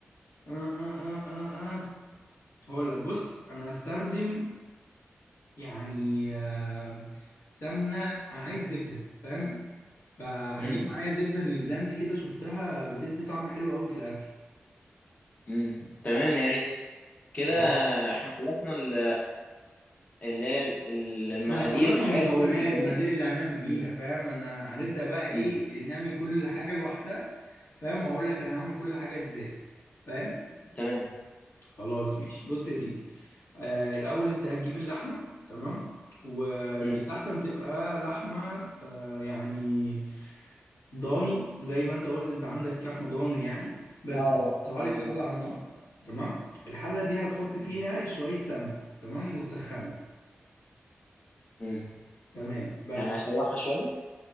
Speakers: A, on the left; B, on the left.
A: آه آه آه آه آه. هقول لك بص انا هستخدم يعني آه سمنة انا عايز زبدة فاهم فهجيب
B: امم
A: معايا زبدة نيوزيلندي كده شفتها بتدي طعم حلو قوي في الاكل
B: امم تمام يا ريت كده
A: خلاص
B: احنا خلصنا ال- اللي هي ال- المقادير
A: احنا خلصنا
B: والحاجات
A: المكونات
B: دي المكونات
A: وما دي اللي هنعمل بيها
B: مم.
A: فاهم انا هنبدأ بقى ايه
B: مم.
A: نعمل كل حاجة لوحدها فاهم وهقول لك انا هعمل كل حاجة ازاي فاهم
B: تمام
A: خلاص ماشي بص يا سيدي آه الاول انت هتجيب اللحمه تمام ويستحسن
B: امم
A: تبقى لحمه آه يعني ضاني زي ما انت قلت انت عندك لحمه ضاني يعني بس
B: اه
A: هتحطها
B: آه،
A: لي
B: عندي
A: في حله
B: ده
A: على النار تمام الحله دي هتحط فيها
B: مم.
A: شويه سمن تمام وتسخنها
B: مم.
A: تمام بس
B: يعني هشوحها شويه